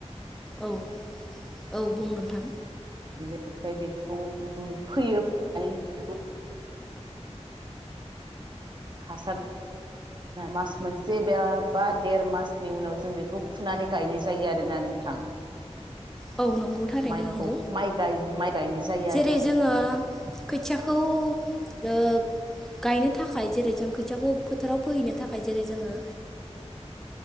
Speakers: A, in the centre; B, on the right.
A: औ औ बुं नोंथां
B: बिदिनो ओमफ्राय बेखौ फैयो <unintelligible> हासार मास मोनसे बा देर मासनि उनाव जों बेखौ फुनानै गायनाय जायो आरोना नोंथां
A: औ नंगौ थारैनो
B: माइखौ
A: नंगौ
B: माइ माइ गायनाय जायो
A: जेरै
B: आरोना
A: जोङो
B: नोंथाङा
A: खोथियाखौ ओ गायनो थाखाय जेरै जों खोथियाखौ फोथाराव फोहैनो थाखाय जेरै जोङो